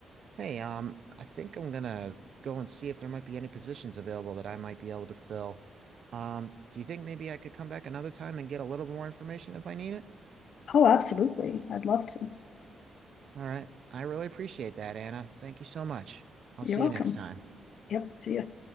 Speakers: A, on the right (about 55°); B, on the left (about 65°).
A: Hey, um, I think I'm gonna go and see if there might be any positions available that I might be able to fill. Um, do you think maybe I could come back another time and get a little more information if I need it?
B: Oh, absolutely. I'd love to.
A: All right. I really appreciate that, Anna. Thank you so much. I'll
B: You're
A: see
B: welcome.
A: you next time.
B: Yep. See you.